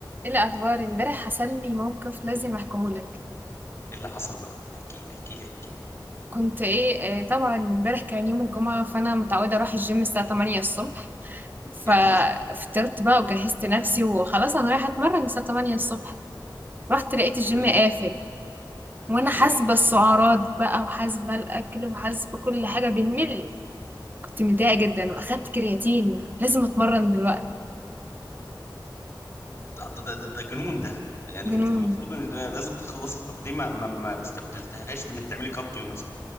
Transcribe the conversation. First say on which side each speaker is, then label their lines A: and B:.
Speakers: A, on the right (about 25°); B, on the left (about 30°).
A: ايه الاخبار امبارح حصل لي موقف لازم احكيه لك
B: ايه اللي حصل بقى احكي لي احكي لي احكي لي
A: كنت ايه آه، طبعا امبارح كان يوم الجمعه فانا متعوده اروح الجيم الساعه 8 الصبح ففطرت
B: جميل
A: بقى وجهزت نفسي وخلاص انا رايحه اتمرن الساعه 8 الصبح رحت لقيت الجيم
B: حلوين
A: قافل وانا
B: <clears throat>
A: حاسبه السعرات بقى وحاسبه الاكل وحاسبه كل حاجه بالملي كنت متضايقه جدا واخدت كرياتين لازم اتمرن دلوقتي
B: ده ده ده, ده, ده جنون ده يعني
A: جنون
B: انت المفروض ان ده لازم تخلص طب ليه ما ما, ما استبدلتهاش بانك تعملي كارديو مثلا